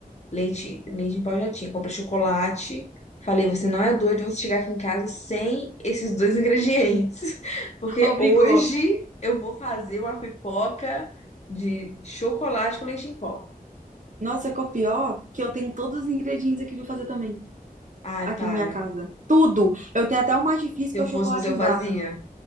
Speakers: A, on the left; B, on the right.
A: Leite, leite em pó já tinha. Comprei chocolate. Falei, você não é doido você chegar aqui em casa sem esses dois ingredientes. <laughs> Porque
B: Obrigou.
A: hoje eu vou fazer uma pipoca de chocolate com leite em pó.
B: Nossa, é que é o pior que eu tenho todos os ingredientes aqui pra fazer também.
A: Ai,
B: aqui
A: para.
B: na minha casa. Tudo. Eu tenho até o mais difícil,
A: Se
B: que
A: eu
B: é
A: fosse
B: o chocolate
A: você, eu
B: em
A: fazia.
B: barra.